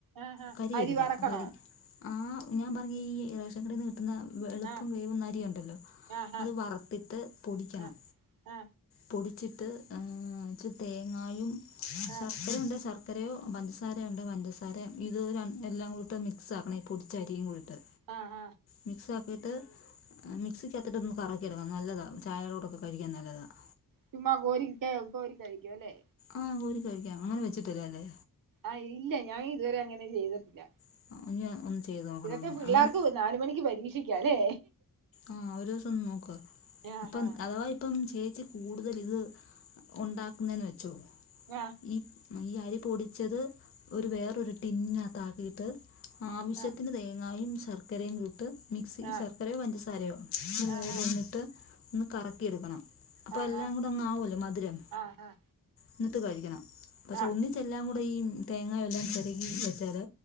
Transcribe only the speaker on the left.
കരിയരുത്
കരി ആഹ് ഞാൻ പറഞ്ഞ ഈ റേഷൻ കട നിന്ന് കിട്ട കിട്ടുന്ന വളുപ്പം
വേവും ന്ന അ രി ഉണ്ടല്ലോ
അത് വറുത്തിട്ട് പൊടിക്കണം
പൊടിച്ചിട്ട് ഇച്ചിരി തേങ്ങായും
ശർക്കര ഉണ്ട് ശർക്ക രയോ പഞ്ചസാരയുണ്ട് പഞ്ചസാര ഇത് എല്ലാം കൂടിയിട്ട് മിക്സ് ആക്കണം ഈ പൊടിച്ചരിയും കൂടിയിട്ട്
മിക്സ് ആക്കിയിട്ട് മിക്സിക്കകത്തിട്ടൊന്ന് കറക്കിടുക്കാം നല്ലതാ ചായയുടെ കൂടൊക്കെ കഴിക്കാൻ നല്ലതാണ്
ആഹ് കോരി കഴിക്കാം അങ്ങനെ വെച്ചിട്ടില്ല അല്ലേ
<unintelligible>
അങ്ങനെ
അങ്ങനെ
ആഹ് ഒരു ദിവസം നോക്ക്
അപ്പൊ അഥവാ ഇപ്പം ചേച്ചി കൂടുതൽ ഇത് ഉണ്ടാക്കുന്നെന്ന് വെച്ചോ
ഈ ഈ അരി പൊടിച്ചത് ഒരു വേറൊരു ടിന്നകത്ത് ആക്കിയിട്ട് ആവശ്യത്തിന്
തേങ്ങയും ശർക്കരയും കൂട്ട് മിക്സി
ശർക്കരയും പഞ്ച സരയും ഈ മൂന്ന്
ഒന്ന്ട്ട് കറക്കിയെടുക്കണം
അപ്പൊ എല്ലാം കൂടെ അങ്‌ ആവുലോ മധുരം
എന്നിട്ട് കഴിക്കണം പക്ഷെ
ഒന്നിച്ചെല്ലാം കൂടെ ഈ തേങ്ങെല്ലാം ചെരകി വെച്ചാല്